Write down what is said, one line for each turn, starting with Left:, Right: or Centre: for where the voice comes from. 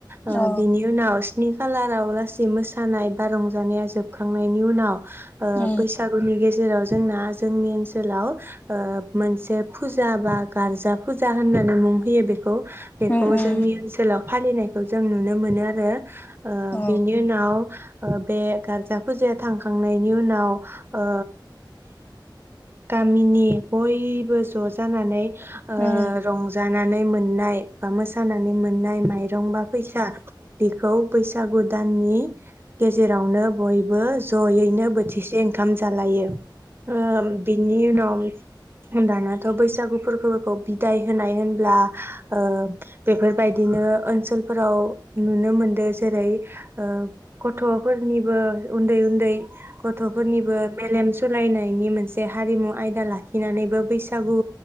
Right: ओ
Left: अ
Right: बिनि उनाव स्नि खालाराव गासै मोसानाय बा रंजानाया जोबखांनायनि उनाव ओ
Left: उम
Right: बैसागुनि गेजे जेराव जोंना जोंनि ओनसोलाव ओ मोनसे फुजा बा गारजा फुजा होननानै मुं होयो बे खौ बेखौ
Left: उम
Right: जोंनि ओनसोलाव फालिनाय जों नुनो मोनो आरो। ओ
Left: अ
Right: बिनि उनाव ओ बे गार्जा फुजाया थांखांनायनि उनाव ओ गामिनि बयबो ज' जानानै ओ
Left: उम
Right: रंजा नानै मोननाय बा मोसानानै मोननाय माइरंबा फैसा बिखौ बैसागु दाननि गेजेरावनो बयबो ज'यैनो बोथिसे ओंख खामजालायो। ओ बिनि उनाव दानाथ' बैसागुफोरखौ बोफोरखौ बिदाय होनाय होनब्ला ओ बेफोरबायदिनो ओनसो थोनफोराव नुनो मोनदों जेरै ओ गथ गथ'फोरनिबो उन्दै उन्दै गथ'फोरनिबो मेलेम सोलायनाय नि मोनसे हारिमु आयदा लाखिनानैबो बैसागु